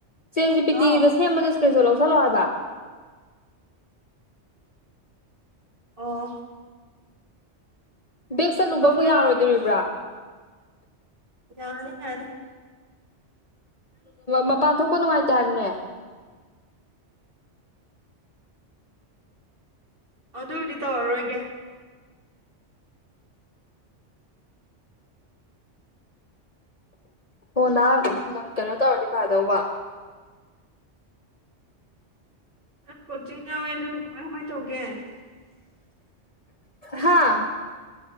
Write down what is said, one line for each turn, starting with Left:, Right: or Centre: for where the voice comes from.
Left: ꯆꯦꯁꯦ ꯄꯤ
Right: ꯍꯥꯎ
Left: ꯇꯤꯚꯤꯗ ꯁꯦꯝꯕꯗ ꯏꯁꯀ꯭ꯔꯤꯟꯁꯨ ꯂꯧꯁꯤꯜꯂꯣ ꯍꯥꯏꯕ
Right: ꯑꯣ
Left: ꯕꯦꯦꯛ ꯆꯠꯂꯨꯕ
Right: ꯂꯧꯒꯦ
Left: ꯑꯃꯨꯛ ꯌꯥꯔꯣꯏꯗꯣꯔꯤꯕ꯭ꯔꯥ
Right: ꯂꯧꯒꯦ ꯌꯥꯅꯦꯦ ꯌꯥꯅꯦꯦ
Left: ꯃꯄꯥꯟ ꯊꯣꯛꯄ ꯅꯨꯡꯉꯥꯏꯇꯦ ꯍꯥꯏꯕꯅꯦ
Right: ꯑꯗꯨꯕꯨꯗꯤ ꯇꯧꯔꯔꯣꯏꯒꯦ
Left: ꯍꯣ ꯅ ꯀꯩꯅꯣ ꯇꯧꯔꯗꯤ ꯐꯗꯧꯕ
Right: ꯅꯪ ꯀꯣꯆꯤꯡ ꯌꯥꯎꯋꯦ ꯑꯗꯨ ꯀꯃꯥꯏ ꯀꯃꯥꯏꯅ ꯇꯧꯒꯦ
Left: ꯍꯥꯥ